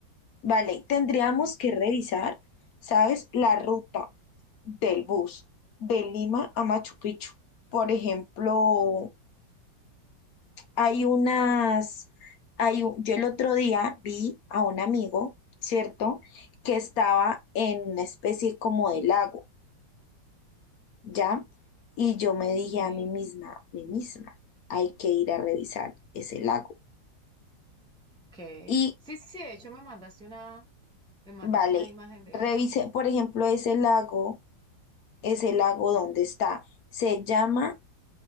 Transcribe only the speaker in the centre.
¿Y
qué?
Sí, sí, sí, de hecho me mandaste una, me mandaste
una imagen de
eso.